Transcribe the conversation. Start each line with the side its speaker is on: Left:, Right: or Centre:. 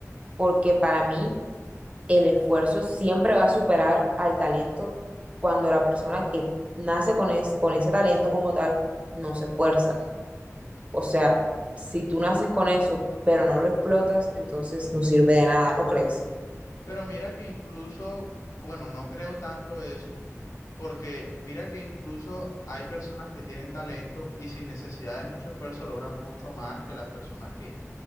Right: porque para mí el esfuerzo siempre va a superar al talento cuando la persona que nace con, es- con ese talento como tal no se esfuerza. O sea, si tú naces con eso, pero no lo explotas, entonces no sirve de nada, ¿no crees?
Left: Pero mira que incluso, bueno, no creo tanto eso, porque mira que incluso hay personas que tienen talento y sin necesidad de mucho esfuerzo logran mucho más que las personas que